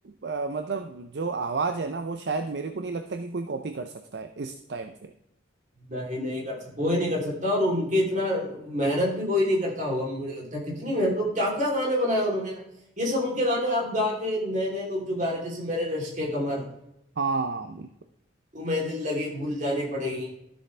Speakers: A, on the right; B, on the right.
A: अ, मतलब जो आवाज है ना वो शायद मेरे को नहीं लगता कि कोई कॉपी कर सकता है इस टाइम पे
B: नहीं नहीं कर सकता कोई नहीं कर सकता और उनके इतना मेहनत भी कोई नहीं करता होगा मुझे लगता है कितनी मेहनत और क्या क्या गाने बनाए उन्होंने यार ये सब उनके गाने अब गा के नए नए लोग जो गा रहे हैं, जैसे मेरे रश्क के कमर
A: हाँ बिल्कुल
B: तुम्हें दिल लगी भूल जानी पड़ेगी